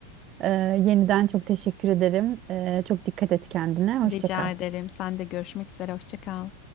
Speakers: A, on the right; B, on the left.
A: Ee, Yeniden çok teşekkür ederim. Ee, Çok dikkat et kendine. Hoşça
B: Rica
A: kal.
B: ederim. Sen de görüşmek üzere. Hoşça kal.